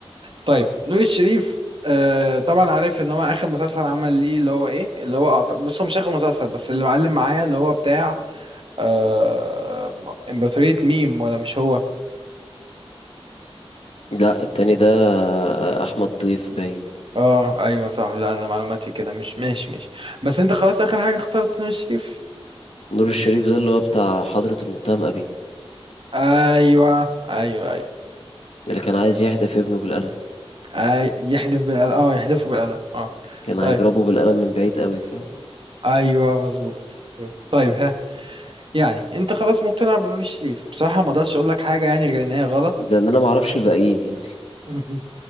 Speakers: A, on the right; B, on the left.
A: طيب نور الشريف آه طبعا عارف ان هو اخر مسلسل عمل ليه اللي هو ايه اللي هو أعط- بص هو مش اخر مسلسل بس اللي معلم معايا اللي هو بتاع آه... امبراطورية ميم ولا مش هو
B: لا التاني ده أحمد ضيف باين
A: اه ايوه صح لا انا معلوماتي كده مش ماشي ماشي بس انت خلاص اخر حاجة اخترت نور الشريف
B: نور الشريف ده اللي هو بتاع حضرة المتهم أبي
A: ايوه ايوه ايوه
B: اللي كان عايز يحدف ابنه بالقلم
A: أي... يحذف بالقلم اه يحذفه بالقلم اه
B: كان
A: طيب
B: هيضربه بالقلم من بعيد قوي ف
A: ايوه مظبوط طيب ها يعني انت خلاص مقتنع بنور الشريف بصراحة ما اقدرش اقول لك حاجة يعني غير ان هي غلط
B: ده ان انا معرفش الباقيين يعني
A: <laughs>